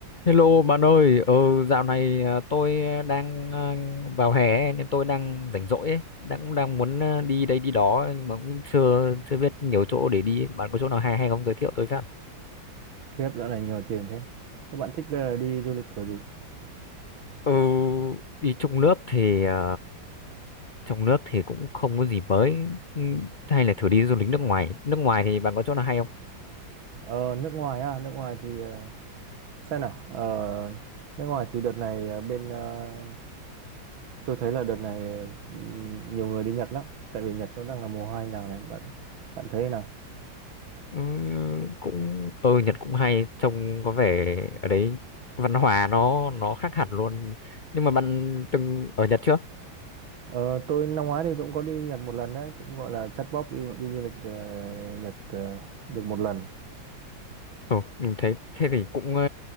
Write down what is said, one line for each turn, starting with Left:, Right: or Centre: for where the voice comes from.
Left: Hello bạn ơi, ờ, dạo này à, tôi đang à, vào hè nên tôi đang rảnh rỗi ấy, đang cũng đang muốn à, đi đây đi đó nhưng mà cũng chưa chưa biết nhiều chỗ để đi. Bạn có chỗ nào hay hay không giới thiệu tôi với.
Right: khiếp, dạo này nhiều tiền thế. Thế bạn thích là đi du lịch kiểu gì?
Left: Ừ, đi trong nước thì à, trong nước thì cũng không có gì mới, Ừ, hay là thử đi du lịch nước ngoài. Nước ngoài thì bạn có chỗ nào hay không?
Right: Ờ, nước ngoài à, nước ngoài thì ờ, xem nào. Ờ, nước ngoài thì đợt này ờ, bên ờ, tôi thấy là đợt này ừm, nhiều người đi Nhật lắm, tại vì Nhật nó đang là mùa hoa anh đào này. Bạn bạn thấy thế nào?
Left: Ừ, cũng ờ Nhật cũng hay, trông có vẻ ở đấy văn hóa nó nó khác hẳn luôn. Nhưng mà bạn từng ở Nhật chưa?
Right: Ờ, tôi năm ngoái thì tôi cũng có đi Nhật một lần đấy, cũng gọi là chắt bóp đi đi du lịch ờ, Nhật ờ, được một lần.
Left: Ồ, mình thấy thế thì cũng ờ,